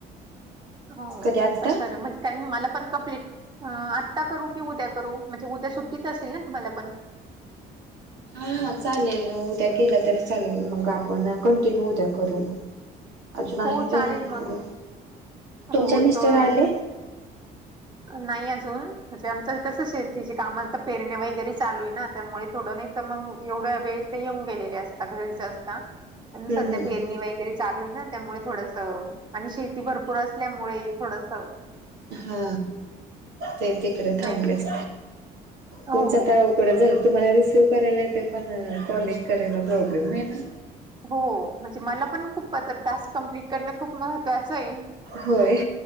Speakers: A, on the right; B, on the right.
A: हो
B: कधी आत्ता
A: मी पण कर मज कारण की मला पण कम्प्लीट आता करू कि उद्या करू म्हणजे उद्या सुट्टीच असेल ना तुम्हाला पण
B: हाा चालेल उद्या केलं तरी चालेल मग आपण कंटिन्यू उद्या करू मग अजून आहे
A: हो
B: टय
A: चालेल
B: म
A: मग.
B: तुमच्या
A: हो,
B: मिस्टर
A: तर
B: आले
A: नाही अजून म्हणजे आमचं कसं शेतीचे कामचा पेरण्या वगैरे चालू आहे ना त्यामुळे थोडं नाही तर मग एवढ्या वेळ ते येऊन गेलेले असता घरीचे असतात प
B: हम्म
A: सध्या पेरणी व वगैरे चालू आहे ना त्यामुळे थोडस आणि शेती भरपूर असल्यामुळे थोडस
B: हा ते तिकडे
A: नाही
B: थांबलेच
A: तर-
B: तुमचं
A: हो.
B: कोणा झालं तुम्हाला रिसीव्ह करायला येते पण कॉलिंग करायला प्रॉब्लेम आहे ना
A: हो म्हणजे मला पण खूप आ टास्क कम्प्लीट करणं खूप महत्त्वाचं आहे
B: होय